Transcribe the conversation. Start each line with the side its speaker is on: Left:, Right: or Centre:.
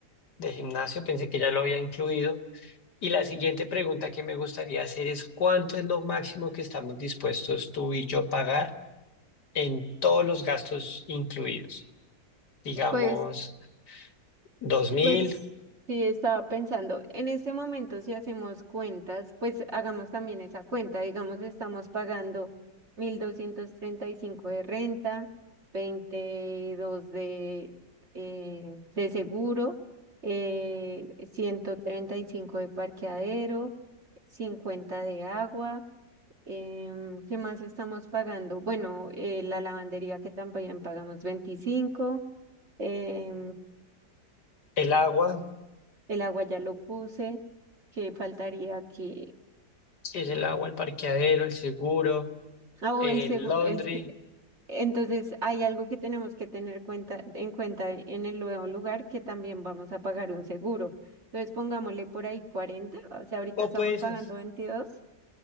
Left: de gimnasio, pensé que ya lo había incluido. Y la siguiente pregunta que me gustaría hacer es, ¿cuánto es lo máximo que estamos dispuestos tú y yo pagar en todos los gastos incluidos? Digamos,
Right: Pues
Left: dos mil.
Right: Pues sí, estaba pensando, en este momento si hacemos cuentas, pues hagamos también esa cuenta, digamos, estamos pagando 1.235 de renta, 22 de, eh, de seguro, eh, 135 de parqueadero, 50 de agua, em, ¿qué más estamos pagando? Bueno, eh, la lavandería que también pagamos veinticinco Eh,
Left: el agua,
Right: el agua ya lo puse, que faltaría que...
Left: si es el agua, el parqueadero, el seguro,
Right: Ah,
Left: el
Right: o el segu-
Left: laundry,
Right: el se- Entonces hay algo que tenemos que tener cuenta, en cuenta en el nuevo lugar que también vamos a pagar un seguro. Entonces pongámosle por ahí cuarenta o sea, ahorita
Left: o
Right: estamos
Left: pues
Right: pagando veintidós